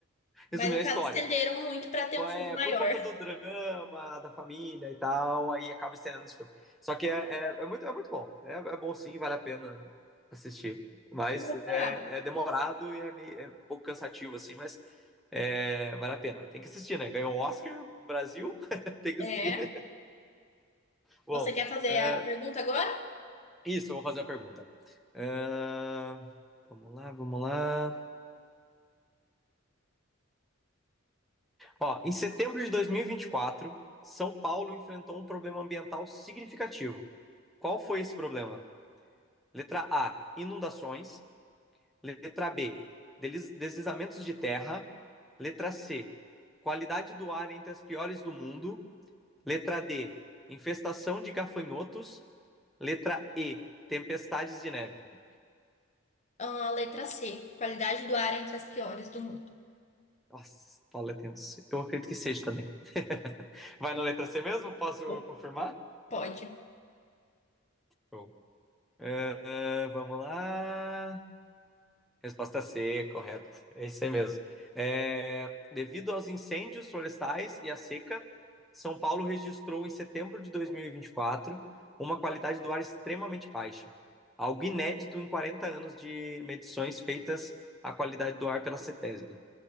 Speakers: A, on the left; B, in the centre.
A: Mas
B: resumir
A: no
B: a
A: caso
B: história.
A: estenderam muito para ter
B: É,
A: um filme maior.
B: por conta do drama, da família e tal, aí acaba estendendo esse filme. Só que é, é, é muito, é muito bom. É, é bom sim, vale a pena assistir. Mas
A: Eu vou procurar.
B: é, é demorado e é, meio, é um pouco cansativo, assim, mas É, vale a pena, tem que assistir, né? Ganhou o Oscar, Brasil, <laughs> tem que
A: É.
B: assistir. Bom,
A: Você quer fazer
B: é,
A: a pergunta agora?
B: isso, eu vou fazer a pergunta. É, vamos lá, vamos lá. Ó, em setembro de 2024, São Paulo enfrentou um problema ambiental significativo. Qual foi esse problema? Letra A, inundações. Letra B, delis- deslizamentos de terra. Letra C, qualidade do ar entre as piores do mundo. Letra D, infestação de gafanhotos. Letra E, tempestades de neve.
A: Ah, A letra C. Qualidade do ar entre as piores do mundo.
B: Nossa, São Paulo é tenso. Eu acredito que seja também. Vai na letra C mesmo? Posso
A: Bom,
B: confirmar?
A: Pode.
B: Show. Eh, eh, vamos lá. Resposta C, correto. É isso aí mesmo. Eh, devido aos incêndios florestais e à seca, São Paulo registrou em setembro de 2024 uma qualidade do ar extremamente baixa. Algo inédito em 40 anos de medições feitas à qualidade do ar pela CETESB.